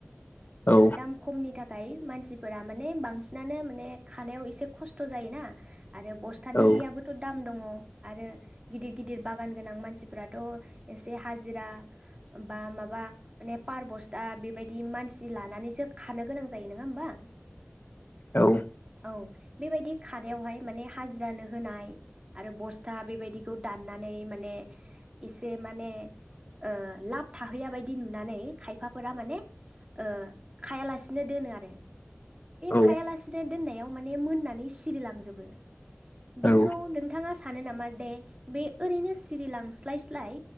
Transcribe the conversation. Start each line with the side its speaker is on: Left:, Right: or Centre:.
Left: औ
Right: <inaudible> दाम खमनि थाखाय मानसिफोरा माने बांसिन माने माने खानायाव एसे खस्थ जायोना आरो बस्थानियाबोथ
Left: औ
Right: दाम दङ। आरो गिदिर गिदिर बागान गोनां मानसिफोराथ एसे हाजिरा बा माबा माने पार बस्था बेबायदि मानसि लानानैसो खानो गोनां जायो नङा होमबा।
Left: औ
Right: औ बेबायदि खादावहाय माने हाजिरानो होनाय आरो बस्था बेबायदिखौ दाननानै माने एसे माने ओ लाब थाहैया बायदि नुनानै खायफाफोरा माने ओ खायालासिनो दोनो आरो
Left: औ
Right: खायालासिनो दोननायाव माने मोननानै सिरिलांजोबो। बेखौ
Left: औ
Right: नोंथाङास सानो नामा दे बे ओरैनो सिरिलांस्लाय स्लाय